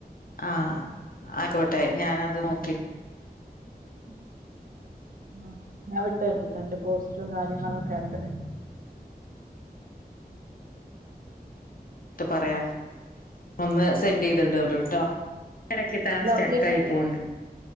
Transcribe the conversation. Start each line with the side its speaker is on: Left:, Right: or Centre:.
Left: ആഹ് അയക്കോട്ടെ ഞാനത്
Right: പറയാം
Left: നോക്കിട്ട്
Right: ഉം ആഹ്‌ ഞാൻ വിട്ടെര്ണ്ട്ട്ടാ ഐന്റെ പോസ്റ്റ്റും കാര്യങ്ങളാെക്കെ ഇണ്ട്
Left: ട്ട് പറയാ ഒന്ന് സെന്റീത് ഇടോണ്ടുട്ടോ എടക്ക് താനെ
Right: ഹലോ
Left: സ്റ്റെക്കായി
Right: കേക്കണില്ലേ
Left: പോവ്ണ്ട്